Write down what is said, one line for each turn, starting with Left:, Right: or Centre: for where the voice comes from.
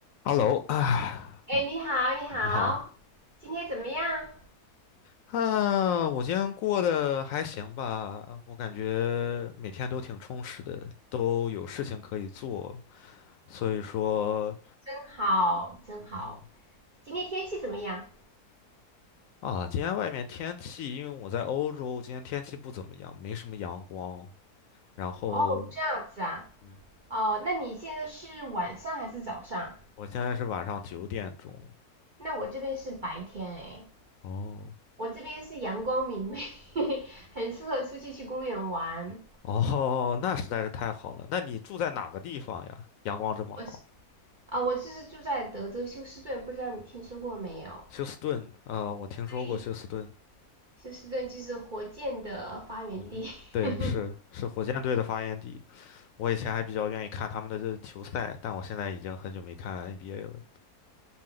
Left: Hello 啊，
Right: 哎，你好，你好，
Left: 你好
Right: 今天怎么样？
Left: 啊，我今天过得还行吧，我感觉每天都挺充实的，都有事情可以做，所以说，
Right: 真好，真好。
Left: 嗯
Right: 今天天气怎么样？
Left: 啊，今天外面天气，因为我在欧洲，今天天气不怎么样，没什么阳光，然后，
Right: 哦，这样子啊。
Left: 嗯，
Right: 哦，那你现在是晚上还是早上？
Left: 我现在是晚上九点钟，
Right: 那我这边是白天哎，
Left: 哦
Right: 我这边是阳光明媚，<laughs> 很适合出去去公园玩。
Left: 哦，那实在是太好了，那你住在哪个地方呀？阳光这么好，
Right: 我是啊，我就是住在德州休斯顿，不知道你听说过没有？
Left: 休斯顿啊，我听说过休斯顿。
Right: 对，休斯顿就是火箭的发源地，
Left: <laughs> 对，
Right: <laughs>
Left: 是是火箭队的发源地。我以前还比较愿意看他们的这球赛，但我现在已经很久没看 NBA 了。